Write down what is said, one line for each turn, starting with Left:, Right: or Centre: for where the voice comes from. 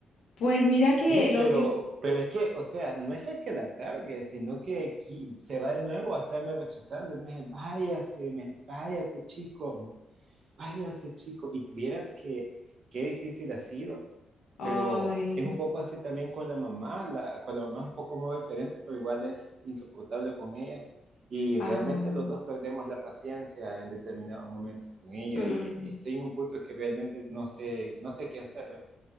Left: Pues mira
Right: Sí,
Left: que lo
Right: pero,
Left: que...
Right: pero es que, o sea, no es el que la cargue, sino que qui- se va de nuevo a estarme rechazando. Y Me dice, váyase, me, váyase, chico, váyase, chico. Y vieras que qué difícil ha sido,
Left: Ay,
Right: pero es un poco así también con la mamá. La, con la mamá es un poco más diferente, pero igual es insoportable con ella. Y
Left: ah,
Right: realmente los dos perdemos la paciencia en determinados momentos con ella.
Left: mm, mm,
Right: Y estoy en un punto que realmente no sé, no sé qué hacer.